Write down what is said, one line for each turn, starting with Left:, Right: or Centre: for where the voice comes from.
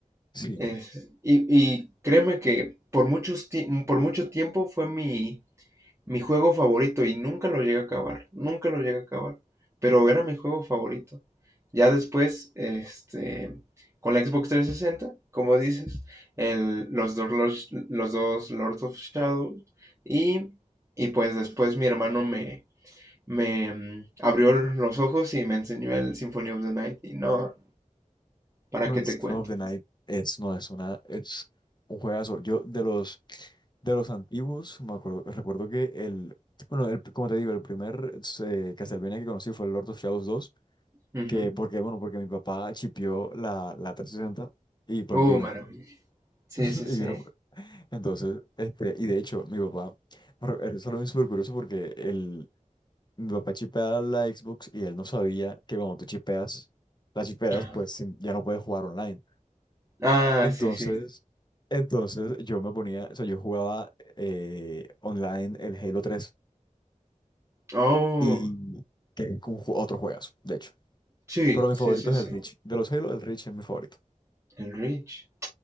Left: sí.
Right: es- y, y créeme que por muchos, ti- por mucho tiempo fue mi, mi juego favorito, y nunca lo llegué a acabar, nunca lo llegué a acabar, pero era mi juego favorito. Ya después, este, con la Xbox trescientos sesenta como dices, el, los, dos, los los dos Lords of Shadow, y, y pues después mi hermano me, me mm, abrió los ojos y me enseñó el Symphony of the Night, y no, ¿para
Left: No,
Right: qué
Left: el
Right: te
Left: Symphony
Right: cuento?
Left: of the Night es, no, es una, es un juegazo. Yo, de los, de los antiguos, me acuerdo, recuerdo que el, bueno, el, como te digo, el primer eh, Castlevania que conocí fue el Lord of Shadows dos
Right: Ujú.
Left: que, porque, bueno, porque mi papá chipeó la, la 360 y pues
Right: oh
Left: vino,
Right: maravilla. Sí,
Left: <laughs> y
Right: sí, sí.
Left: vino. Entonces, este, y de hecho, mi papá, re- eso lo vi súper curioso porque el, mi papá chipea la Xbox y él no sabía que cuando tú chipeas, la chipeas,
Right: Ajá.
Left: pues sin- ya no puedes jugar online.
Right: Ah,
Left: Entonces,
Right: sí, sí.
Left: entonces yo me ponía, o sea, yo jugaba eh, online el Halo tres
Right: Oh,
Left: y que es ju- otro juegazo, de hecho.
Right: sí,
Left: Pero mi
Right: sí,
Left: favorito
Right: sí,
Left: es
Right: sí.
Left: el Reach. De los Halo, el Reach es mi favorito.
Right: El Reach.